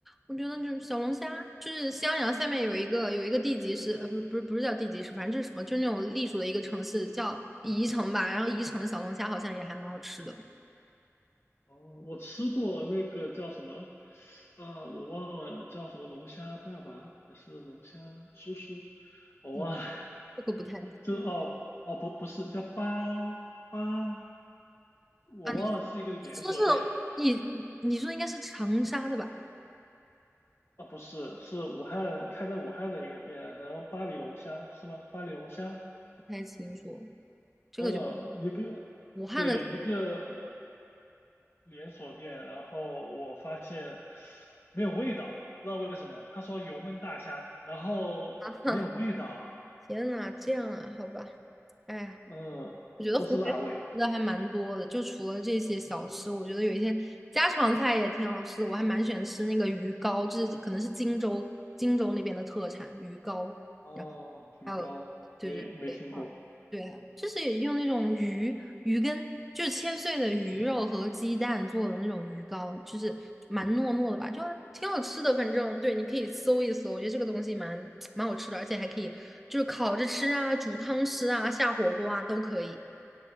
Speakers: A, in the centre; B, on the left.
A: 我觉得就是小龙虾，就是襄阳下面有一个有一个地级市，呃，不，不是不是叫地级市，反正就是什么，就是那种隶属的一个城市叫宜城吧。然后宜城的小龙虾好像也还蛮好吃的，
B: 哦，我吃过那个叫什么，啊、我忘了叫什么龙虾爸爸还是龙虾叔叔，我忘了。
A: 嗯，这个不太
B: 就哦哦不不是叫八八，我忘了是一个连锁店
A: 啊，你说是你你说应该是长沙的吧？
B: 啊，不是是武汉开在武汉的一个店，然后巴黎龙虾是吗？巴黎龙虾，
A: 不太清楚，这个就
B: 嗯，一个对一个
A: 武汉的，
B: 连锁店，然后我发现没有味道，不知道为什么，他说油焖大虾，然后没有味道，
A: <laughs> 天呐，这样啊，好吧，哎呀。
B: 嗯，
A: 我觉得湖北吃的还蛮多的，
B: 都是辣味。
A: 就除了这些小吃，我觉得有一些家常菜也挺好吃的。我还蛮喜欢吃那个鱼糕，就是可能是荆州荆州那边的特产鱼糕。
B: 哦，
A: 然后
B: 鱼糕没没听过。
A: 还有，对对对，嗯对啊，就是也用那种鱼鱼跟就是切碎的鱼肉和鸡蛋做的那种鱼糕，就是蛮糯糯的吧，就挺好吃的。反正对，你可以搜一搜，我觉得这个东西蛮蛮好吃的，而且还可以就是烤着吃啊，煮汤吃啊，下火锅啊都可以。